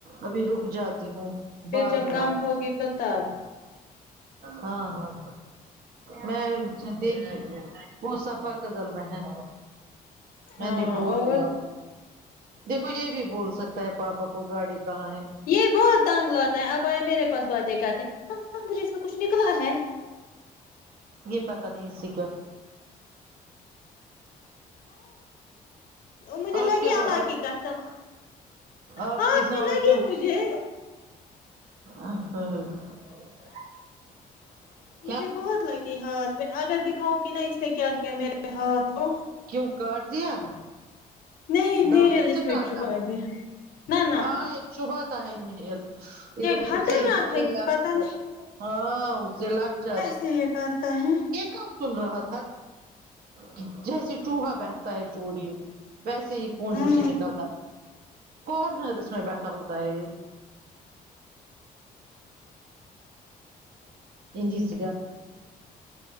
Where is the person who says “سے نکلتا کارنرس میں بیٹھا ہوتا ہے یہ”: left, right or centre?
Right